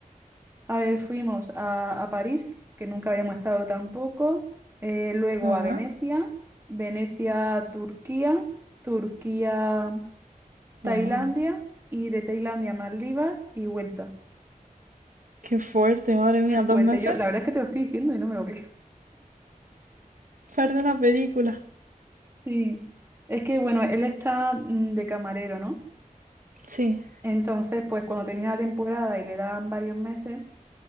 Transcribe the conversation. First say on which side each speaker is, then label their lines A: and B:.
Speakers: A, on the right; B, on the right.
A: A ver, fuimos a, a París, que nunca habíamos estado tampoco, eh, luego
B: Ah,
A: a Venecia, Venecia, Turquía, Turquía, Tailandia
B: wow.
A: y de Tailandia, Maldivas y vuelta.
B: Qué fuerte, madre mía,
A: Muy fuerte.
B: dos meses.
A: Yo, la verdad es que te lo estoy diciendo y no me lo creo.
B: Parte de una película.
A: Sí. Es que, bueno, él está mm, de camarero, ¿no?
B: Sí,
A: Entonces, pues cuando termina la temporada y le dan varios meses,